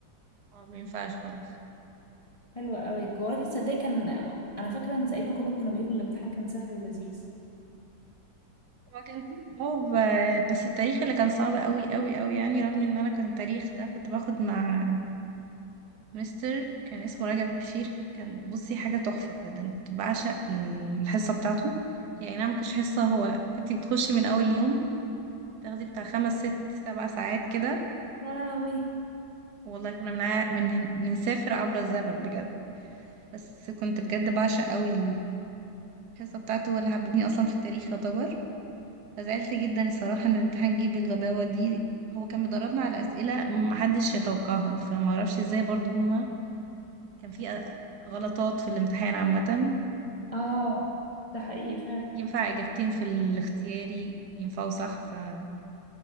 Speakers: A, on the right (about 65°); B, on the left (about 50°).
A: اه مينفعش خالص
B: حلو قوي جغرافيا تصدقي كان انا فاكره ان تقريبا كلهم كانوا بيقولوا الامتحان كان سهل ولذيذ
A: هو كان اه ب- بس التاريخ اللي كان صعب قوي قوي قوي يعني رغم ان انا كان التاريخ ده كنت باخد مع مستر كان اسمه رجب البشير كان بصي حاجة تحفة بجد أنا كنت بعشق الحصة بتاعته هي أي نعم مكانتش حصة هو كنت بتخشي من أول يوم تاخدي بتاع خمس ست سبع ساعات كده
B: يا لهوي
A: والله كنا بنع... من... بنسافر عبر الزمن بجد بس كنت بجد بعشق قوي الحصة بتاعته هو اللي حببني أصلا في التاريخ يعتبر فزعلت جدا الصراحة إن الامتحان جه بالغباوة دي هو كان مدربنا على أسئلة محدش يتوقعها فمعرفش ازاي برضو هما كان في غلطات في الامتحان عامة
B: اه ده حقيقي فعلا
A: ينفع إجابتين في الاختياري ينفعوا صح فكان